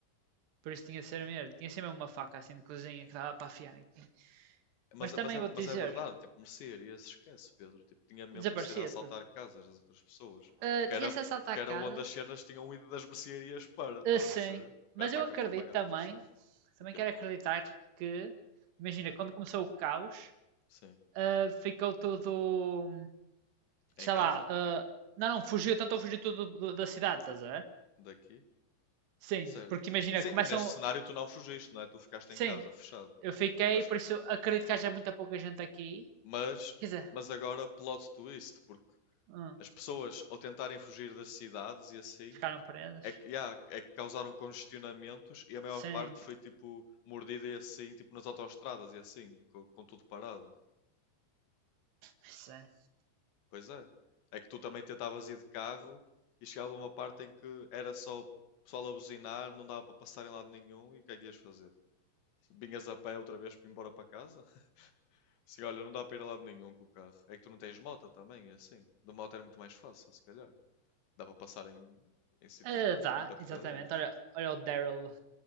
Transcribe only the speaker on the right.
Por isso tinha de ser mesmo. Tinha de ser mesmo uma faca assim de cozinha que dava para afiar aqui.
Mas
também
vou-te
dizer,
desaparecia
tudo.
Ah,
Tinha-se
as atacadas?
Ah, sim.
Mas
eu acredito
também,
também
quero acreditar que, imagina, quando começou o caos,
ah, ficou tudo,
sei
lá, ah, não, não, fugiu, tentou fugir tudo do- da cidade, estás a ver?
Sim,
porque imagina,
começam,
sim,
Eu fiquei,
por isso acredito que haja muita pouca gente aqui.
Quer dizer,
hum,
ficaram presas.
Sim,
sim.
Ah,
dá,
exatamente. Olha, olha o Daryl,